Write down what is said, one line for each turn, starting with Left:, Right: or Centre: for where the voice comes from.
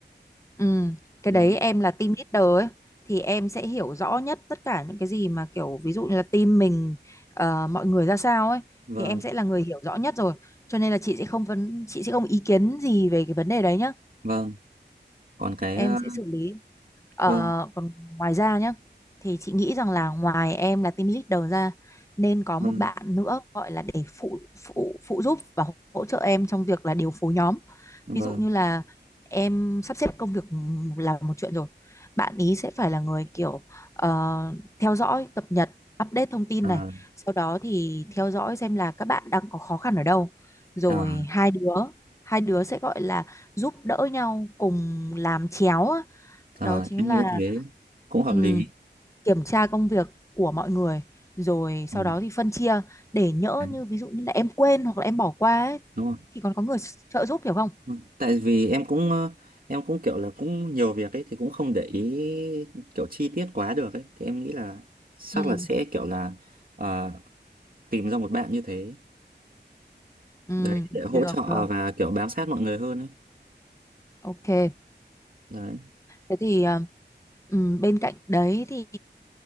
Left: Ừ,
Right: đó
Left: cái đấy em là team leader ấy thì em sẽ hiểu rõ nhất tất cả những cái gì mà kiểu ví dụ như là team mình ờ, mọi người ra sao ấy
Right: vâng
Left: thì em sẽ là người hiểu rõ nhất rồi. Cho nên là chị sẽ không vấn chị sẽ không ý kiến gì về cái vấn đề đấy nhá.
Right: vâng còn cái
Left: Em
Right: ờ,
Left: sẽ xử lý Ờ,
Right: vâng
Left: còn ngoài ra nhé thì chị nghĩ rằng là ngoài em là team leader ra nên có một
Right: vâng
Left: bạn nữa gọi là để phụ phụ phụ giúp và hỗ hỗ trợ em trong việc là điều phối nhóm
Right: vâng
Left: ví dụ như là em sắp xếp công việc là một chuyện rồi bạn ý sẽ phải là người kiểu ờ, theo dõi cập nhật update thông tin
Right: à,
Left: này sau đó thì theo dõi xem là các bạn đang có khó khăn ở đâu rồi
Right: à
Left: hai đứa hai đứa sẽ gọi là giúp đỡ nhau cùng làm chéo
Right: Ờ,
Left: đó chính
Right: em
Left: là
Right: nghĩ thế cũng hợp
Left: ừm,
Right: lý.
Left: kiểm tra công việc của mọi người rồi
Right: Ừ.
Left: sau đó thì phân chia để nhỡ
Right: Đấy,
Left: như ví dụ như là em quên hoặc là em bỏ qua ấy,
Right: đúng không?
Left: thì còn có người s- trợ giúp hiểu không?
Right: Ừ. Tại vì em cũng ờ, em cũng kiểu là cũng nhiều việc ấy thì cũng không để ý kiểu chi tiết quá được ấy thì em nghĩ là chắc
Left: Ừ,
Right: là sẽ kiểu là ờ, tìm ra một bạn như thế
Left: ừ,
Right: đấy để hỗ
Left: được
Right: trợ
Left: được
Right: và kiểu bám sát mọi người hơn ấy.
Left: ok
Right: Đấy,
Left: thế thì ờ, ừm, bên cạnh đấy thì